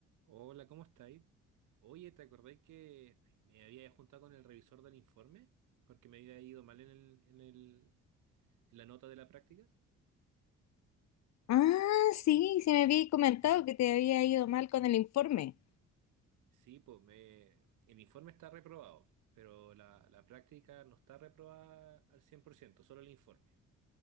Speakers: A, on the right; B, on the left.
A: Hola, ¿cómo estáis? Oye, ¿te acordáis que me había juntado con el revisor del informe? Porque me había ido mal en el, en el- en la nota de la práctica.
B: Ah, sí, sí me habías comentado que te había ido mal con el informe.
A: Sí, pues me, el informe está reprobado, pero la, la práctica no está reprobada al 100%, solo el informe.